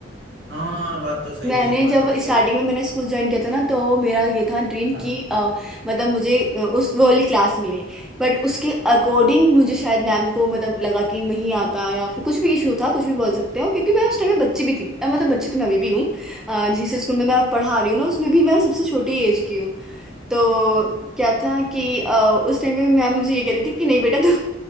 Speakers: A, on the right; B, in the centre.
A: हाँ बात तो सही
B: मैंने
A: है बात
B: जब
A: तो सही
B: स्टार्टिंग में मैंने स्कूल ज्वाइन किया था ना तो मेरा ये था ड्रीम
A: है
B: कि अ, मतलब मुझे अ, उस वो वाली क्लास मिले बट उसके अकॉर्डिंग मुझे शायद मैम को मतलब लगा कि नहीं आता या फिर कुछ भी इशू था कुछ भी बोल सकते हो क्योंकि मैं उस टाइम में बच्ची भी थी अ, मतलब बच्ची तो मैं अभी भी हूँ अ, जिस स्कूल में मैं पढ़ा रही हूँ ना उसमें भी मैं सबसे छोटी एज की हूँ तो क्या था कि अ, उस टाइम पे मैम मुझे ये कह रही थी कि नहीं बेटा तू